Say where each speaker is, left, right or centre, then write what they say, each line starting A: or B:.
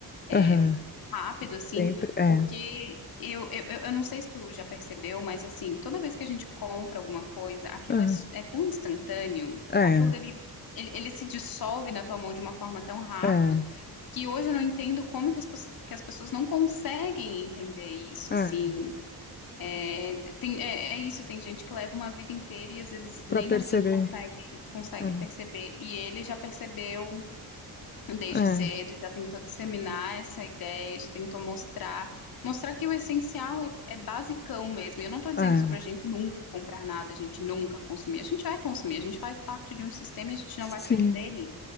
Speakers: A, on the left; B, on the left.
A: eh,
B: aham.
A: rápido, assim,
B: Sempre é.
A: porque eu, eu, eu eu não sei se tu já percebeu, mas assim, toda vez que a gente compra alguma coisa, aquilo
B: Aham,
A: é, s- é tão instantâneo,
B: é,
A: aquilo dele, ele, ele se dissolve na tua mão de uma forma tão rápido,
B: é,
A: que hoje eu não entendo como que as, pos- que as pessoas não conseguem entender isso,
B: é.
A: assim, é, tem, é, é isso, tem gente que leva uma vida inteira e às vezes nem
B: Para perceber.
A: assim consegue, consegue
B: É,
A: perceber, e ele já percebeu desde
B: é,
A: cedo, já tentou disseminar essa ideia, já tentou mostrar, mostrar que o essencial é, é basicão mesmo. E Eu não estou dizendo
B: é.
A: sobre a gente nunca comprar nada, a gente nunca consumir. A gente vai consumir, a gente faz parte de um sistema e a gente
B: Sim,
A: não vai fugir dele.